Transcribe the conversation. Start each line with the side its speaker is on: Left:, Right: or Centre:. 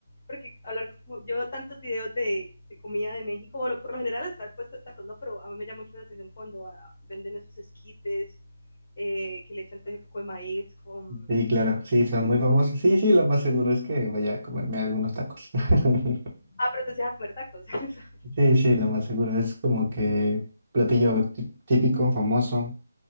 Left: Porque hablar, como- yo veo tantos videos de, de comida de México, bueno, por lo general está el puesto de tacos, ¿no? Pero a mí me llama mucho la atención cuando ah, venden esos esquites, eh, que le echan todo ese poco de maíz con...
Right: Sí, claro, sí, son muy famosos.
Left: con-
Right: Sí, sí, lo más seguro es que vaya a comerme algunos tacos. <laughs>
Left: Ah, pero te decías a comer tacos. <laughs>
Right: Sí, sí, lo más seguro. Es como que platillo tí- típico, famoso,